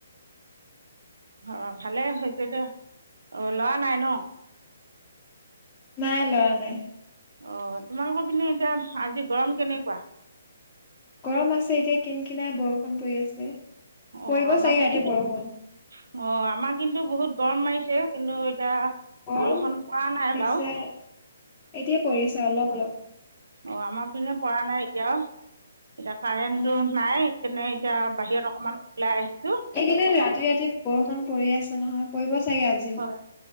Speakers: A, on the right (about 80°); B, on the left (about 15°).
A: অ' ভালে হৈছে দে, অ' ল'ৰা নাই। ন।
B: নাই ল'ৰা নাই।
A: অ' তোমালোকৰ পিনে এতিয়া আজি গৰম কেনেকুৱা।
B: গৰম আছে। এতিয়া কিন কিনাই বৰষুণ পৰি আছে। পৰিব
A: অ', আমাৰ
B: চাগে
A: পিনে
B: ৰাতি
A: কি,
B: বৰষুণ
A: অ' আমাৰ কিন্তু বহুত গৰম মাৰি। ছে, কিন্তু এতিয়া
B: অ'
A: বৰষুণ পৰা নাই
B: দিছে
A: বাৰু
B: এতিয়া পৰিছে, অলপ-অলপ।
A: অ' আমাৰ পিনে পৰা নাই এতিয়াও। এতিয়া কাৰেণ্টটো
B: অ
A: নাই সেইকাৰনে এতিয়া বাহিৰত অকমান ওলাই আহি।
B: এইকেইদিন ৰাতি ৰাতি বৰষুণ। পৰি আছে নহয় পৰিব। চাগে আজিও
A: হয়